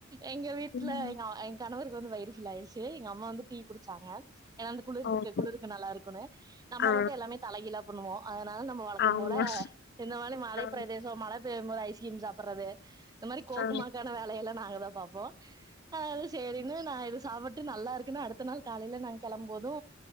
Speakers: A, on the right; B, on the left.
A: எங்க வீட்டுல
B: ம்.
A: எ கணவருக்கு வந்து வயிறு ஃபுல்லாயிருச்சு <unintelligible> ட்டு எங்க அம்மா வந்து டீ குடிச்சாங்க ஏன்னா அந்த குளிருக்கு
B: ஓகே.
A: குளிருக்கு நல்லா இருக்குன்னு நம்ம
B: ஆ.
A: மட்டு எல்லாமே தலைகிழ பண்ணுவோ அதனால நம்ம வழக்க
B: ஆமா.
A: போல இந்த மாரி மழை
B: ஆ.
A: பிரதேச மழ பெய்யுபோது ஐஸ்கிரீம் சாப் சாப்பறது இந்த மாரி கோக்குமாக்கான
B: ஆ.
A: வேலயெல்லா நாங்கதா பாப்போ அது சேரினு நா ஏது சாப்பிட்டு நல்லா இருக்கு அடுத்த நாள் காலயில நா கெளம்புபோது